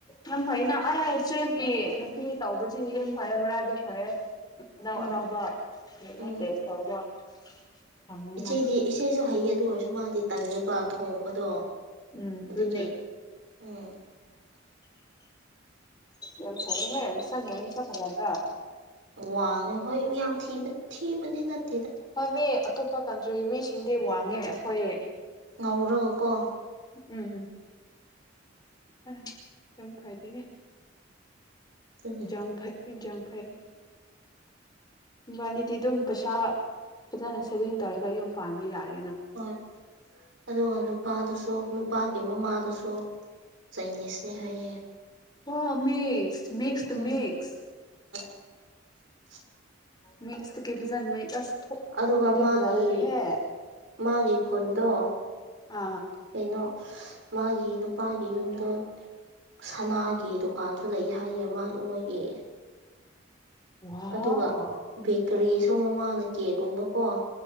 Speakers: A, on the left; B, on the right.
A: ꯌꯥꯝ ꯐꯩꯅ ꯑ ꯆꯒꯤ ꯇꯧꯕꯁꯤ ꯌꯦ ꯐꯔꯦ ꯃꯔꯥꯏꯕꯛ ꯐꯔꯦ ꯑꯅꯎ
B: ꯎꯝ
A: ꯑꯅꯎꯕ ꯑꯗꯨꯅ
B: ꯎꯝ
A: ꯇꯦꯁ ꯇꯧꯕ ꯐꯪꯉꯤꯅ
B: ꯏꯆꯦꯗꯤ ꯏꯆꯦꯁꯨ ꯍꯩ ꯑꯗꯨ ꯑꯣꯏꯔꯁꯨ ꯃꯥꯗꯤ ꯇꯜꯂꯦꯕ ꯊꯣꯡꯕꯗꯣ
A: ꯎꯝ
B: ꯑꯗꯨꯒꯤ
A: ꯟꯌꯥ
B: ꯎꯝ
A: ꯌꯥꯝ ꯁꯔꯦꯍꯦ ꯃꯁꯥ ꯌꯥꯅꯝꯁ ꯐꯖꯕ꯭ꯔꯥ
B: ꯋꯥꯡꯉꯦ ꯍꯣꯏ ꯌꯥꯝ ꯊꯤꯕꯗꯤ ꯅꯠꯇꯦ
A: ꯍꯣꯏ ꯃꯤ ꯑꯇꯣꯞꯄ ꯀꯟꯇ꯭ꯔꯤꯒꯤ ꯃꯤꯁꯤꯡꯗꯤ ꯋꯥꯡꯉꯦ ꯑꯩꯣꯏ
B: ꯉꯥꯎꯔꯒꯀꯣ
A: ꯎꯝꯝ ꯑ ꯀꯝ ꯐꯒꯦ
B: ꯑꯗꯨꯅꯦ
A: ꯌꯥ ꯐꯥꯏ ꯌꯥꯝ ꯐꯥꯏ ꯕꯥꯅꯤꯗꯤ ꯑꯗꯨꯝ ꯄꯩꯁꯥ ꯐꯖꯅ ꯁꯦꯚꯤꯡ ꯇꯧꯔꯒ ꯌꯨꯝ ꯄꯥꯟꯕ ꯌꯥꯔꯦ
B: ꯍꯣꯏ ꯑꯗꯨꯒ ꯅꯨꯄꯥꯗꯨꯁꯨ ꯅꯨꯄꯥꯒꯤ ꯃꯃꯥꯗꯨꯁꯨ ꯊꯣ ꯆꯥꯏ ꯅꯁꯤꯅꯦ ꯍꯥꯏꯌꯦ
A: ꯍ ꯃꯤꯁ ꯃꯁ
B: ꯎꯝ
A: ꯃꯤꯁ
B: <unintelligible>
A: ꯃꯤꯛꯁꯇ ꯀꯩ ꯐꯖꯟꯕ ꯀ꯭ꯂꯁ
B: ꯑꯗꯨꯒ
A: ꯊꯣꯛꯄꯗꯤ
B: ꯃꯥꯒꯤ
A: ꯐꯖꯔꯅꯤꯍꯦ
B: ꯃꯥꯒꯤ ꯈꯨꯟꯗꯣ
A: ꯑꯥ
B: ꯀꯩꯅꯣ ꯃꯥꯒꯤ ꯅꯨꯄꯥꯒꯤ ꯌꯨꯝꯗꯣ ꯁꯅꯥꯒꯤ ꯗꯨꯀꯥꯟꯁꯨ ꯂꯩ ꯍꯥꯏꯌꯦ ꯃꯣꯏꯒꯤ
A: ꯋꯥꯎ
B: ꯑꯗꯨꯒ ꯕꯦꯀꯔꯤꯁ ꯁꯣ ꯃꯃꯥꯅ ꯀꯦꯛꯒꯨꯝꯕꯀꯣ